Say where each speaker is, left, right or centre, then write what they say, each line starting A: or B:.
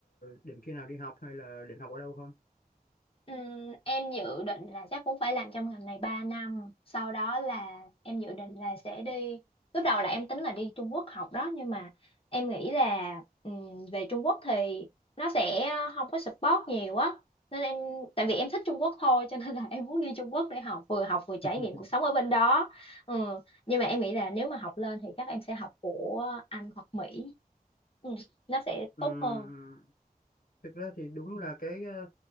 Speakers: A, on the left; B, on the left.
A: định khi nào đi học hay là định học ở đâu không
B: Ừm, em dự định là chắc cũng phải làm trong ngành này 3 năm sau đó là em dự định là sẽ đi lúc đầu là em tính là đi Trung Quốc học đó nhưng mà em nghĩ là ừm, về Trung Quốc thì nó sẽ không có support nhiều á nên em tại vì em thích Trung Quốc thôi cho nên là <laughs> em muốn đi Trung Quốc để học vừa học vừa trải
A: <laughs>
B: nghiệm cuộc sống ở bên đó ừ. nhưng mà em nghĩ là nếu mà học lên thì chắc em sẽ học của Anh hoặc Mỹ ừ. nó sẽ
A: Ừm,
B: tốt hơn
A: thực ra thì đúng là cái ờ,